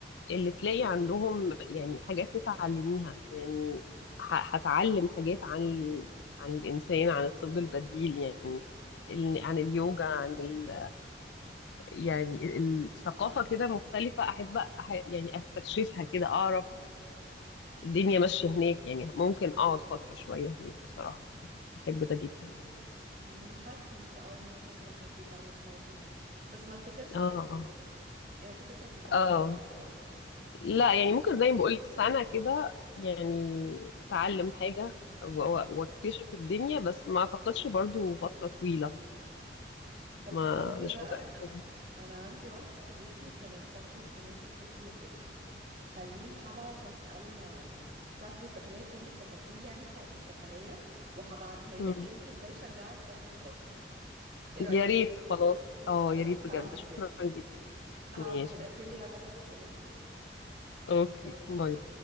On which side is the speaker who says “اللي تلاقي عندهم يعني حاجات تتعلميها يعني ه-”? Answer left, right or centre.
Left